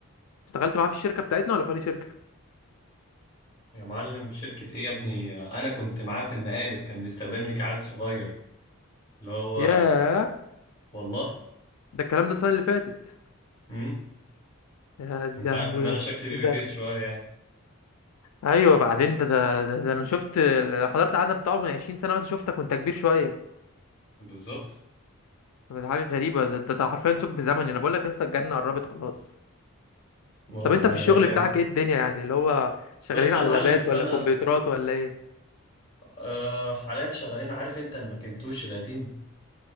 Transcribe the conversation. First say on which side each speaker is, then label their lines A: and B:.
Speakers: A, on the left (about 85°); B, on the left (about 20°).
A: اشتغلت معاه في الشركة بتاعتنا ولا في أي شركة
B: يا معلم شركة ايه يا ابني آه، انا كنت معاه في المقالب كان بيستخدمني كعيل صغير اللي هو
A: ياه
B: والله
A: ده الكلام ده السنة اللي فاتت
B: امم
A: يا دي
B: انت
A: لهوي
B: عارف ان
A: يا
B: انا
A: اسطى
B: شكلي بيبي
A: ايه ده
B: فيس شوية يعني
A: ايوه بعدين ده ده ده, ده انا شفت ال- حضرت العزا بتاعه من 20 سنة مثلا شفتك وانت كبير شوية
B: بالظبط
A: ده حاجة غريبة ده ده, ده حرفيا ثقب بزمني انا بقول لك يا اسطى الجنة قربت خلاص
B: اه
A: طب
B: والله
A: انت في الشغل
B: يا ريت
A: بتاعك
B: يعني
A: ايه الدنيا يعني اللي هو شغالين
B: بس يا
A: على
B: معلم
A: لابات
B: فانا
A: ولا كمبيوترات ولا ايه
B: أه حاليا شغالين عارف انت الماكنتوش القديم